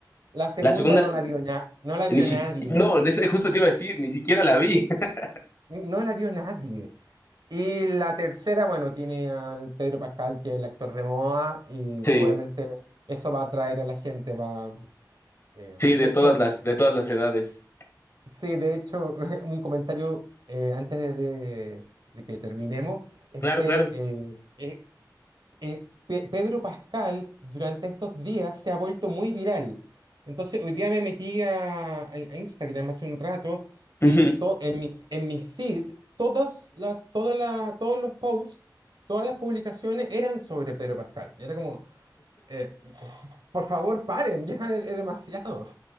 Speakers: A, on the right; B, on the left.
A: la segunda
B: La segunda,
A: no la vio na- no la
B: ni
A: vio
B: si,
A: nadie,
B: no, en ese- justo te iba a decir, ni siquiera la vi. <laughs>
A: no la vio nadie. Y la tercera, bueno, tiene al Pedro Pascal, que es el actor de Moa y
B: Sí,
A: obviamente eso va a atraer a la gente, va, Eh,
B: sí,
A: de
B: de
A: hecho,
B: todas las, de todas las edades.
A: sí, de hecho, <laughs> un comentario eh, antes de, de- de que terminemos es
B: Claro,
A: que
B: claro.
A: eh, eh, eh, Pe- Pedro Pascal durante estos días se ha vuelto muy viral. Entonces, hoy día me metí a, a- a Instagram hace un rato
B: Ujú.
A: y to- en mi, en mi feed, todas las, todas la- todos los posts, todas las publicaciones eran sobre Pedro Pascal. Y era como, eh, por favor, paren, <laughs> ya es es demasiado.